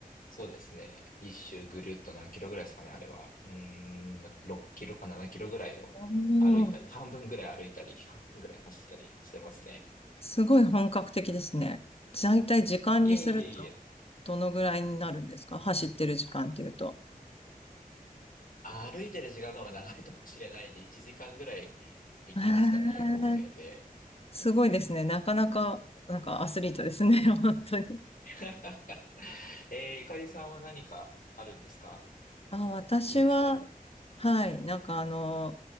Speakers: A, on the left; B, on the left.
A: そうですね。一周ぐるっと何キロぐらいですかね、あれは。うーん、6キロか7キロぐらいを歩いたり、
B: おー
A: 半分ぐらい歩いたり、<laughs> 半分ぐらい走ったりしてますね。
B: すごい本格的ですね。大体時間にすると、
A: いえいえいえ。
B: どのぐらいになるんですか走ってる時間っていうと。
A: 歩いてる時間の方が長いかもしれないんで、1時間ぐらい行きますかね、
B: えー
A: 合計で。
B: すごいですね。なかなか、なんかアスリートですね。<laughs> 本当に。
A: <laughs> えー、ゆかりさんは何かあるんですか
B: あ、私は、
A: 趣味したり。
B: はい、なんかあの、